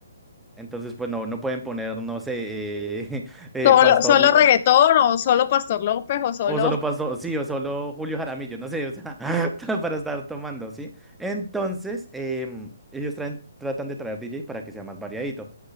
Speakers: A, in the centre; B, on the left.
A: entonces, pues, no, no pueden poner, no sé, eh, <laughs> eh,
B: ¿Solo,
A: Pastor.
B: solo reggaetón o solo Pastor López o solo...
A: O solo pasó, sí, o solo Julio Jaramillo, no sé, o sea, <laughs> para estar tomando, ¿sí? Entonces, em, ellos traen, tratan de traer DJ para que sea más variadito.